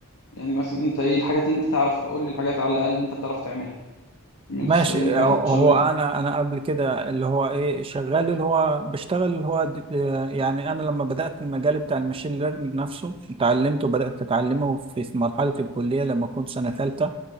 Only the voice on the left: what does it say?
يعني مثلا انت ايه الحاجات اللي انت تعرفها قول لي الحاجات على الاقل اللي انت بتعرف تعملها مش
لازم الحاجات
اللي